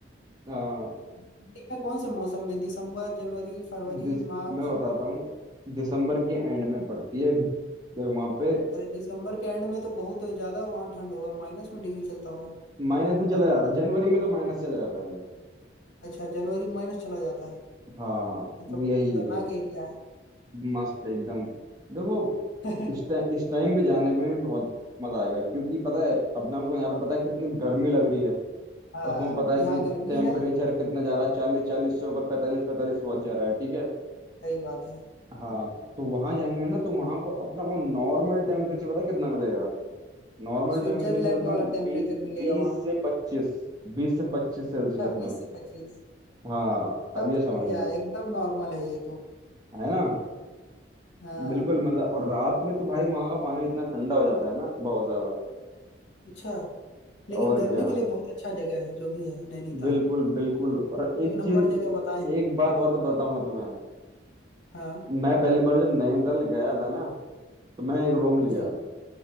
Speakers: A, on the right; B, on the left.
A: हाँ
B: ठंडी में कौन से मौसम में दिसंबर जनवरी फरवरी
A: दिस
B: मार्च
A: मैं बताता हूँ दिसंबर की एंड में पड़ती है तो वहां पे
B: अरे दिसंबर के एंड में तो बहुत ज्यादा वहाँ ठंड होगा माइनस में डिग्री चलता होगा
A: माइनस में चला जाता है। जनवरी में तो माइनस चला जाता है
B: अच्छा जनवरी माइनस चला जाता है
A: हाँ
B: ये तो
A: वो यही
B: बहुत खतरनाक
A: है
B: एरिया है
A: मस्त एकदम देखो
B: <laughs>
A: इस टाइम इस टाइम भी जाने में भी बहुत मजा आएगा क्योंकि पता है अपना को यहाँ पे पता है कितनी गर्मी लग रही है
B: हाँ
A: और तुम्हें पता है
B: यहाँ
A: कि
B: गर्मी
A: टेम्परेचर
B: है
A: कितना जा रहा है चालीस चालीस से ऊपर पैंतालीस पैंतालीस पहुंच जा रहा है ठीक है
B: सही बात है
A: हाँ तो वहां जाएंगे ना तो वहां को अपना को नॉर्मल टेम्परेचर पता है कितना मिलेगा नॉर्मल
B: स्विट्जरलैंड
A: टेम्परेचर अपना
B: वाला
A: बी,
B: टेम्परेचर मिलेगा
A: बीस
B: वहाँ
A: से पच्चीस बीस से पच्चीस सेल्सियस
B: बीस
A: में
B: से पच्चीस
A: हाँ
B: तब
A: अब ये
B: तो
A: समझ
B: बढ़िया
A: लो
B: है, एकदम नॉर्मल है ये तो
A: है ना
B: हाँ
A: बिल्कुल मजा और रात में तो भाई वहां का पानी इतना ठंडा हो जाता है ना बहुत ज्यादा
B: अच्छा लेकिन
A: और
B: गर्मी
A: क्या
B: के लिए बहुत अच्छा जगह है जो भी है नैनीताल
A: बिल्कुल बिल्कुल और
B: एक
A: एक
B: नंबर
A: चीज
B: जगह बताए हैं
A: एक बात और बताता हूँ मैं तुम्हें
B: हाँ
A: मैं पहली बार जब नैनीताल गया था ना तो मैंने एक रूम लिया
B: जी